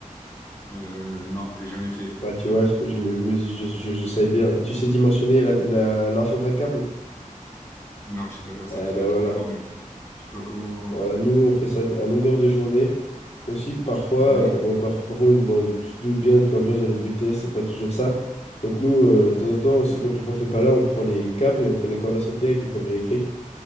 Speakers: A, on the left (about 15°); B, on the left (about 45°).
A: Euh, non, j'ai jamais fait.
B: Bah tu vois, je me, je me dis, je, je- je savais bien. Et tu sais dimensionner la- la- l'argent d'un câble?
A: Non, je sais pas faire ça.
B: Eh
A: Tu dois
B: bah
A: être trop
B: voilà.
A: fort, mec. Je sais pas comment.
B: Voilà, nous, on fait ça à longueur de journée. Aussi, parfois, euh,
A: Oui?
B: bon, par, par contre, moi, tu te doutes bien que l'ambiance dans les BTS, c'est pas toujours ça. Donc, nous, euh, de temps en temps,
A: Ok.
B: aussi, quand le prof est pas là, on prend les câbles et on fait de la corde à sauter avec les câbles électriques.